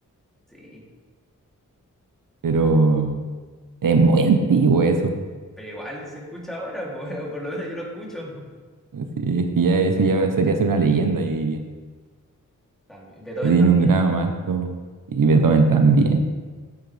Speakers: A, in the centre; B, on the right.
A: Sí.
B: pero es muy antiguo eso.
A: Pero igual se escucha ahora, pues, <laughs> por lo menos yo lo escucho. <laughs>
B: Así es que ya eso ya sería ser una leyenda, yo diría.
A: También, Beethoven
B: Que tiene
A: también,
B: un grado más alto y Beethoven también.